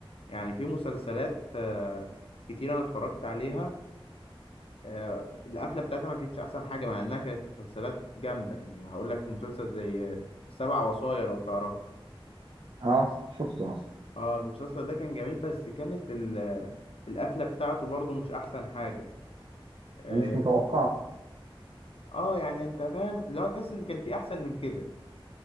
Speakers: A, on the left; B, on the right.
A: يعني في مسلسلات آه، كتير أنا اتفرجت عليها آه، القفله بتاعتها ما كانتش احسن حاجه مع انها كانت مسلسلات جامده يعني هقول لك مسلسل زي آه، سبع وصايا لو تعرف
B: اه شفته اصلا
A: اه المسلسل ده كان جميل بس كانت ال- آه، القفله بتاعته برضو مش احسن حاجه اه
B: ومش متوقع
A: آه، يعني انت فاهم لو تحس ان كان في احسن من كده